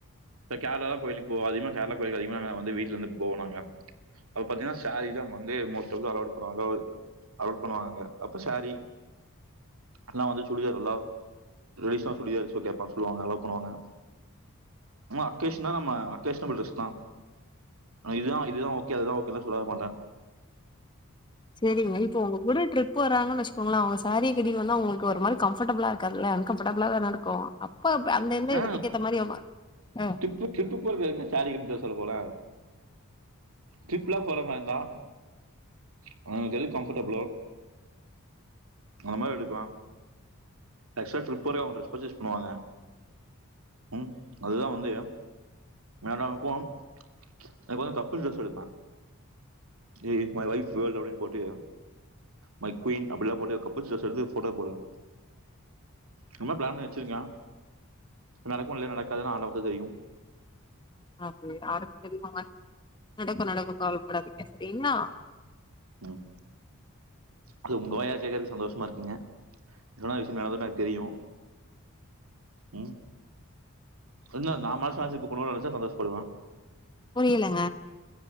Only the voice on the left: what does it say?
செரிங்க இப்ப ஒங்க கூட ட்ரிப் வர்றாங்கன்னு வச்சுக்கோங்களே அவங்க சேரி கட்டிட்டு வந்தா ஒங்ளுக்கு ஒரு மாரி கம்ஃபடப்ளா இருகாதுல்ல அன்கம்ஃப டபிளா தானருக்கு ப்போ அந்தெந்த
எடத்துக்கு ஏத்த மாரி அவங்க அ
அப்ப யாருக்கு தெரியுங்க நடக்கு நடக்கு கவலப்படாதீ செரிங்ளா
புரியில